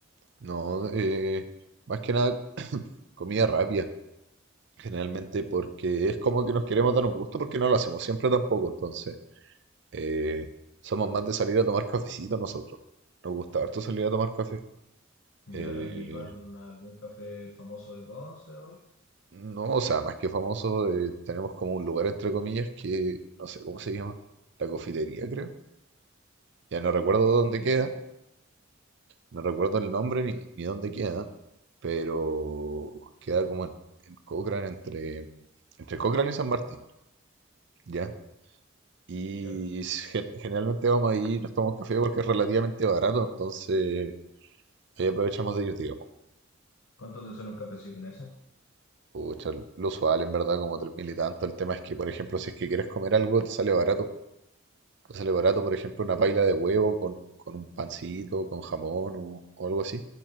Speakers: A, on the right; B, on the left.
A: No, eh, más que nada comida rápida, generalmente porque es como que nos queremos dar un gusto porque no lo hacemos siempre tampoco, entonces. Eh, somos más de salir a tomar cafecito nosotros. Nos gusta harto salir a tomar café.
B: ¿Ya?
A: Eh,
B: ¿Y van a algún café famoso de Conce o algo?
A: no, o sea, más que famoso, eh, tenemos como un lugar entre comillas que no sé cómo se llama. La cofitería, creo. Ya no recuerdo
B: ¿La
A: dónde
B: confitería?
A: queda, no recuerdo el nombre ni, ni dónde queda, pero queda como en, en Cochrane, entre, entre Cochrane y San Martín, ¿ya? Y
B: ¿Ya?
A: gen- generalmente vamos ahí, nos tomamos café porque es relativamente barato, entonces ahí aprovechamos de ir, digamos.
B: ¿Cuánto te sale un cafecito en ese?
A: Pucha, lo usual en verdad como tres mil y tanto. El tema es que, por ejemplo, si es que quieres comer algo, te sale barato. Te sale barato, por ejemplo, una paila de huevo con, con un pancito, con jamón o, o algo así.